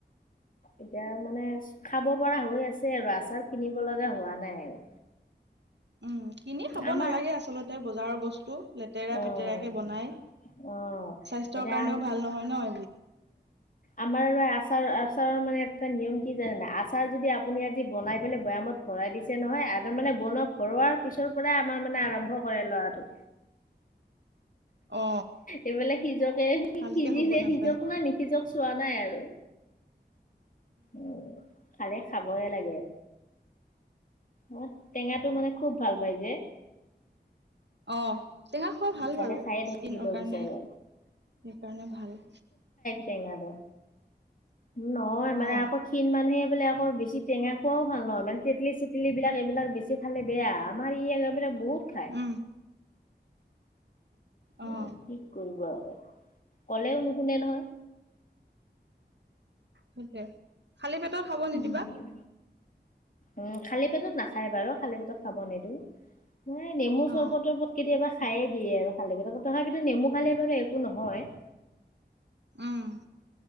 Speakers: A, on the left; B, on the right.
A: এতিয়া মানে খাব পৰা হৈ আছে। আৰু আচাৰ কিনিব লগা হোৱা নাই আৰু।
B: উম, কিনি খাব
A: আমাৰ
B: নালাগে আচলতে বজাৰৰ বস্তু। লেতেৰা
A: অ',
B: পেতেৰা কে বনাই
A: অ',
B: স্বাস্থ্যৰ
A: এতিয়া
B: কাৰণেও ভাল নহয় নহ।
A: আমাৰ আচাৰ। আচাৰৰ মানে এটা নিয়ম কি জানে নাই, আচাৰ যদি আপুনি আজি বনাই পেলাই বৈয়ামত ভৰাই দিছে নহয় আৰু মানে বন ভৰোৱাৰ পিছৰ পৰাই আমাৰ মানে আৰম্ভ কৰে ল'ৰাটো
B: অ
A: এইফালে সিজকে
B: ভালকে
A: সিজিলে
B: হ'ব নাপায়
A: সিজক নে নিসিজক চোৱা নাই আৰু। উম, খালে খাবই লাগে। অ', টেঙাটো মানে খুব ভাল পাই যে।
B: অ', টেঙা খোৱা ভাল
A: খালে
B: বাৰু
A: খায়ে থাকিব
B: স্কিনৰ কাৰণে।
A: বিচাৰে।
B: সেইকাৰণে ভাল।
A: টেঙা দৰ, নহয় মানে
B: অ
A: আকৌ ক্ষীণ মানুহে বোলে অ আকৌ বেছি টেঙা খোৱাও ভাল নহয়, মানে তেতলি চেটলী বিলাক এইবিলাক বেছি খালে বেয়া আমাৰ ই আগৰ পৰাই বহুত খায়।
B: উম,
A: মানে
B: অ
A: কি কৰিব আৰু কলেও নুশুনে নহয়।
B: সেইটোৱে খালী পেটত খাব নিদিবা।
A: উম, উম, খালী পেটত নাখায় বাৰু খালী পেটত খাব নিদিওঁ। নে নেমু
B: অ
A: চৰবত তৰবত কেতিয়াবা খায়ে দিয়ে আৰু খালে পেটত, তথাপিতো নেমু খালে বাৰু একো নহয়।
B: উম,